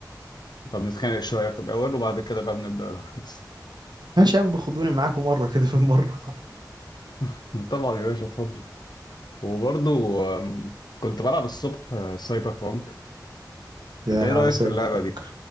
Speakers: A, on the left; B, on the right.
A: فبنتخانق شوية في الأول وبعد كده بقى بنبدأ الهايست
B: ماشي يا عم بخدوني معاكم مرة كده في المرة
A: <laughs> طبعا يا باشا اتفضل وبرضو آم، كنت بلعب الصبح آه، سايبر بونك
B: يا
A: انت ايه
B: على
A: رأيك
B: سايبر
A: في اللعبة
B: بانك
A: دي